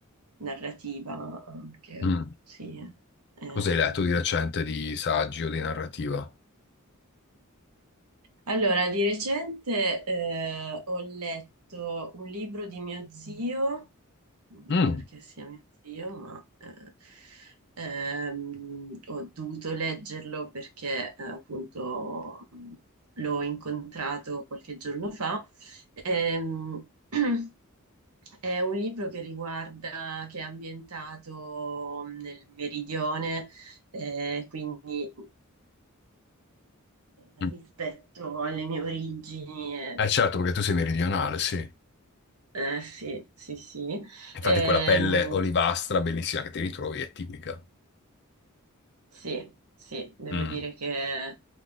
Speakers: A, on the right; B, on the left.
A: narrativa anche,
B: mm.
A: sì. Ehm,
B: Cosa hai letto di recente di saggi o di narrativa?
A: Allora, di recente eh, ho letto un libro di mio zio, non
B: Mm,
A: perché sia mio zio, ma eh, ehm, ho dovuto leggerlo perché eh, appunto mh, l'ho incontrato qualche giorno fa. Ehm, <clears throat> è un libro che riguarda, che è ambientato nel meridione, eh, quindi eh,
B: mm.
A: rispetto alle mie origini. eh,
B: Eh certo, perché tu sei meridionale, sì.
A: eh, sì, sì, sì.
B: Infatti
A: Ehm,
B: quella pelle olivastra bellissima che ti ritrovi è tipica.
A: sì, sì, devo
B: Mm,
A: dire che